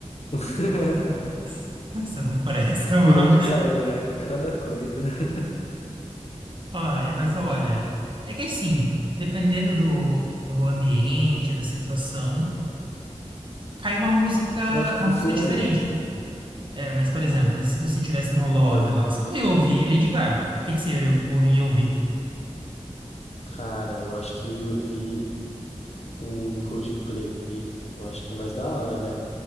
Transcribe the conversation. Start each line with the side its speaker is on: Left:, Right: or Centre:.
Left: <laughs>
Right: <laughs> Você não presta,
Left: Com
Right: <laughs> mano.
Left: Lady Gaga, né? Cada coisa. <laughs>
Right: Olha, mas olha, é que assim, dependendo do, do ambiente, da situação, cai uma música,
Left: Eu acho que
Right: uma
Left: funcionaria.
Right: música diferente. É, mas, por exemplo, e se você tivesse no Love
Left: É.
Right: lá, você não ia ouvir Lady Gaga. O que que você iria ouvi- ou ia ouvir?
Left: Cara, eu acho que eu ia ouvir um Coldplay. Eu acho que é mais da hora, né?